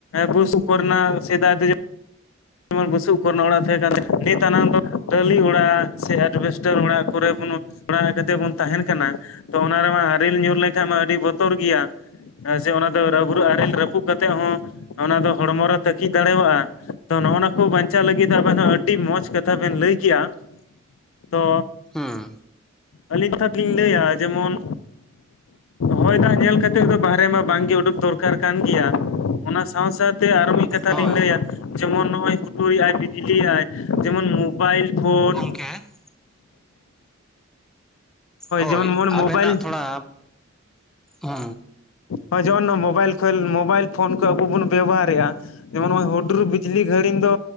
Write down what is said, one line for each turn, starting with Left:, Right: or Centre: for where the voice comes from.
Left: ᱵᱩᱥᱩᱵ ᱠᱚᱨᱮᱱᱟᱜ ᱥᱮᱫᱟᱭ ᱫᱚ ᱡᱮ ᱡᱮᱢᱚᱱ ᱵᱩᱥᱩᱵ ᱠᱚᱨᱮᱱᱟᱜ ᱚᱲᱟᱜ ᱛᱟᱦᱮᱸ ᱠᱟᱱ ᱛᱮ ᱱᱤᱛ ᱟᱱᱟᱝ ᱫᱚ ᱴᱟᱹᱞᱤ ᱚᱲᱟᱜ ᱥᱮ ᱮᱨᱵᱮᱥᱴ᱾ ᱥᱮ ᱚᱲᱟᱜ ᱠᱚᱨᱮ ᱵᱚᱱᱚ ᱚᱲᱟᱜ ᱠᱟᱛᱮ ᱵᱚᱱ ᱛᱟᱦᱮᱱ ᱠᱟᱱᱟ᱾ ᱛᱚ ᱚᱱᱟ ᱨᱮᱢᱟ ᱟᱨᱮᱞ ᱧᱩᱨ ᱞᱮᱱᱠᱷᱟᱡ ᱢᱟ ᱟᱹᱰᱤ ᱵᱚᱛᱚᱨ ᱜᱮᱭᱟ᱾ ᱡᱮ ᱚᱱᱟ ᱫᱚ ᱨᱟᱵᱨᱩ ᱟᱨᱮᱞ ᱨᱟᱹᱯᱩᱫ ᱠᱟᱛᱮᱫ ᱦᱚᱸ ᱚᱱᱟ ᱫᱚ ᱦᱚᱲᱢᱚ ᱨᱮ ᱛᱟᱹᱠᱤᱡ ᱫᱟᱲᱮᱣᱟᱜᱼᱟ᱾ ᱛᱚ ᱱᱚᱜᱼᱭᱚ ᱱᱚᱣᱟ ᱠᱚ ᱵᱟᱧᱪᱟᱣ ᱞᱟᱹᱜᱤᱫ ᱟᱵᱮᱱ ᱦᱚᱸ ᱟᱹᱰᱤ ᱢᱚᱡᱽ ᱠᱟᱛᱷᱟ ᱵᱮᱱ ᱞᱟᱹᱭ ᱠᱮᱜᱼᱟ ᱛᱚ
Centre: ᱦᱩᱸ
Left: ᱟᱹᱞᱤᱧ ᱠᱟᱛᱷᱟᱛ ᱞᱤᱧ ᱞᱟᱹᱭᱟ ᱡᱮᱢᱚᱱ? ᱦᱚᱭ ᱫᱟᱜ ᱧᱮᱞ ᱠᱟᱛᱮᱫ ᱫᱚ ᱵᱟᱦᱨᱮ ᱢᱟ ᱵᱟᱝ ᱜᱮ ᱩᱰᱩᱠ ᱫᱚᱨᱠᱟᱨᱼᱼ ᱠᱟᱨ ᱠᱟᱱ ᱜᱮᱭᱟ ᱚᱱᱟ ᱥᱟᱶ ᱥᱟᱶᱛᱮ ᱟᱨᱚ ᱢᱤᱫ ᱠᱟᱛᱷᱟ
Centre: ᱦᱳᱭ
Left: ᱞᱤᱧ ᱞᱟᱹᱭᱟ ᱡᱮᱢᱚᱱ ᱱᱚᱜᱼᱚᱭ ᱦᱩᱴᱩᱨᱼᱼ ᱤᱞᱤᱭᱟᱭ ᱡᱮᱢᱚᱱ ᱢᱳᱵᱟᱭᱤᱞ ᱯᱷᱳᱱ,
Centre: ᱠᱮ <inaudible> ᱦᱳᱭ
Left: ᱡᱮᱢᱚᱱ
Centre: ᱟᱵᱮᱱᱟᱜ
Left: ᱢᱳᱵᱟᱭᱤᱞ
Centre: ᱛᱷᱚᱲᱟ ᱦᱩᱼᱼ
Left: ᱦᱚᱭ ᱡᱮᱢᱚᱱ ᱢᱳᱵᱟᱭᱤᱞ ᱠᱷᱮᱞ ᱢᱳᱵᱟᱭᱤᱞ ᱯᱷᱳᱱ ᱠᱚ ᱟᱵᱚ ᱵᱚᱱ ᱵᱮᱵᱚᱦᱟᱨᱮᱫᱼᱟ᱾ ᱡᱮᱢᱚᱱ ᱱᱚᱜᱼᱚᱭ ᱦᱩᱰᱩᱨ ᱵᱤᱡᱽᱞᱤ ᱜᱷᱟᱹᱲᱤᱡ ᱫᱚ